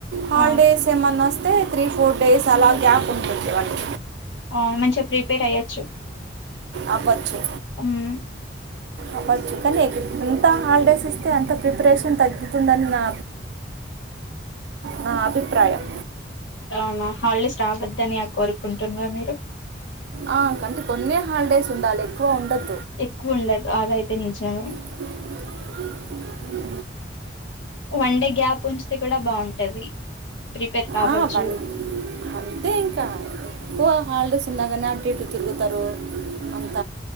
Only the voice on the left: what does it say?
ఆ
అవును మంచిగా ప్రిపేర్ అయ్యొచ్చు
ఉమ్
అవునా హాలిడేస్ రావద్దని కోరుకుంటున్నారా మీరు <inaudible>
ఎక్కువ ఉండదు అది అయితే నిజంమే
వన్ డే గ్యాప్ ఉంచితే కూడా బాగుంటది ప్రిపేర్ కావచ్చు